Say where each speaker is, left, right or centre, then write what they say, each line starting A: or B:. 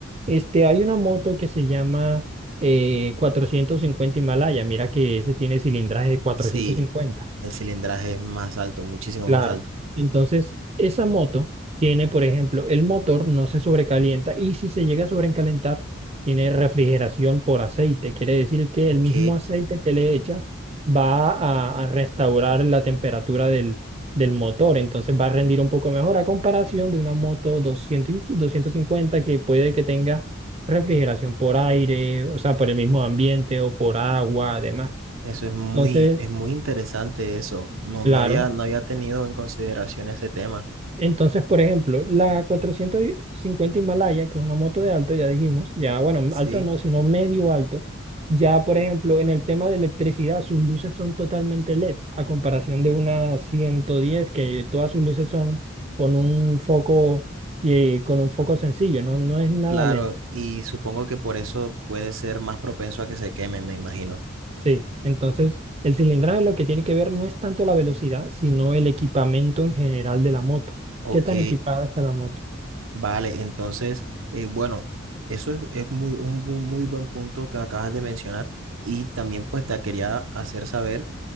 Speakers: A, on the right; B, on the right.
A: este, hay una moto que se llama eh, cuatrocientos cincuenta Himalaya. Mira que ese tiene cilindraje de cuatrocientos
B: sí,
A: cincuenta
B: el cilindraje es más alto, muchísimo
A: Claro.
B: más alto.
A: Entonces, esa moto tiene, por ejemplo, el motor no se sobrecalienta y si se llega a sobrecalentar, tiene refrigeración por aceite. Quiere decir que
B: Ok,
A: el mismo aceite que le echas va a, a restaurar la temperatura del, del motor. Entonces va a rendir un poco mejor a comparación de una moto 200 y- 250 que puede que tenga refrigeración por aire, o sea, por el mismo ambiente o por agua, además.
B: eso es muy,
A: Entonces,
B: es muy interesante eso. No,
A: claro.
B: no había, no había tenido en consideración ese tema.
A: Entonces, por ejemplo, la cuatrocientos cincuenta Himalaya, que es una moto de alto, ya dijimos, ya, bueno,
B: Sí.
A: alto no, sino medio alto, ya, por ejemplo, en el tema de electricidad, sus luces son totalmente LED, a comparación de una 110, que todas sus luces son con un foco, eh, con un foco sencillo, no, no es nada
B: Claro,
A: LED.
B: y supongo que por eso puede ser más propenso a que se quemen, me imagino.
A: Sí, entonces, el cilindraje lo que tiene que ver no es tanto la velocidad, sino el equipamiento en general de la moto.
B: Ok,
A: ¿Qué tan equipada está la moto?
B: vale, entonces, eh, bueno, eso es, es muy, un bu- muy buen punto que acabas de mencionar y también pues te quería hacer saber